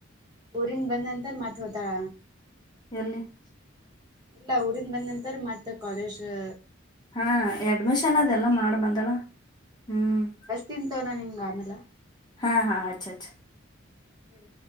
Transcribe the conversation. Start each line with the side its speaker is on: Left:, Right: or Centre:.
Right: ಊರಿಂದ ಬಂದ ನಂತರ ಮತ್ತ ಹೋತಾಳ.
Left: ಎಲ್ಲೇ -
Right: ಇಲ್ಲ ಊರಿಂದ ಬಂದ್ ನಂತರ ಮತ್ತ ಕಾಲೇಜ್ಅ
Left: ಹಾ ಎಡ್ಮಿಷನ್ ಅದೆಲ್ಲ ಮಾಡಿ ಬಂದಳ ಹ್ಮ್ -
Right: ತಿಂತನ ನಿಂಗ ಆಮೆಲ.
Left: ಹ ಹಾ ಹಚ್ ಹಚ್
Right: ಇಡು